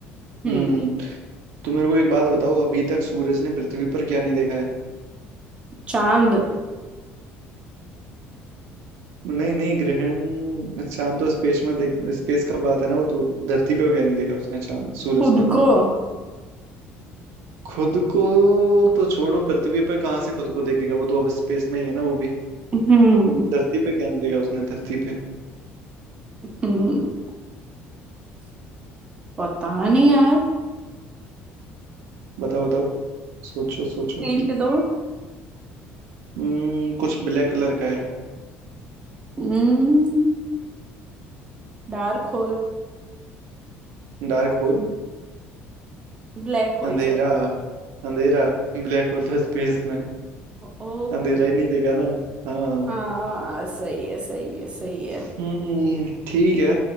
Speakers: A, on the right (about 75°); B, on the right (about 25°).
A: हम्म
B: हम्म
A: तो मेरे को एक बात बताओ अभी तक सूरज ने पृथ्वी पर क्या नहीं देखा है
B: चांद
A: नहीं नहीं ग्रहण चांद तो स्पेस में देख स्पेस का बात है ना वो तो धरती पे हो गया नहीं देखा उसने चांद सूरज
B: खुद
A: ने
B: को
A: खुद को तो छोड़ो पृथ्वी पे कहाँ से खुद को देखेगा वो तो अब स्पेस में ही है ना वो भी
B: हम्म
A: धरती पे क्या नहीं देखा उसने धरती पे
B: हम्म पता नहीं यार
A: बताओ बताओ सोचो सोचो
B: हिंट दो
A: हम्म कुछ ब्लैक कलर का है
B: हम्म dark hole
A: Dark hole
B: Black hole
A: अंधेरा
B: sorry
A: अंधेरा ब्लैक होल तो
B: ओ
A: स्पेस में है।
B: ओ
A: अंधेरा ही नहीं देखा ना हाँ
B: हाँ सही है सही है सही है
A: हम्म ठीक है